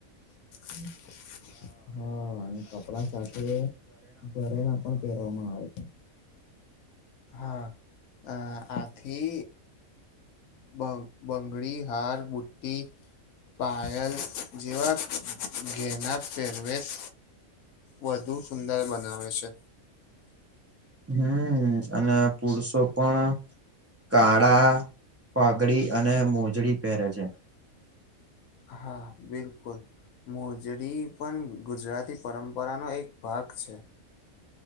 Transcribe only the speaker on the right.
હમ અને પુરુષો પણ કાળા પાઘડી અને મોજડી પહેરે છે.